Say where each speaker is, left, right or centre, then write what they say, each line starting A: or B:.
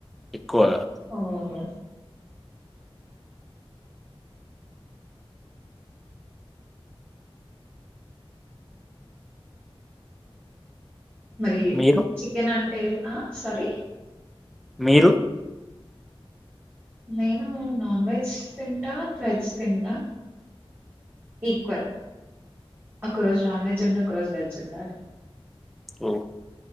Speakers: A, in the centre; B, on the right.
A: ఎక్కువగా
B: ఓహో మరి
A: మీరు
B: చికెన్ అంటే ఆ సారీ
A: మీరు
B: నేను నాన్ వెజ్ తింటా వెజ్ తింటా ఈక్వల్ ఒక రోజ నాన్ వెజ్ అంట ఒక రోజు వెజ్ చెడా
A: ఓ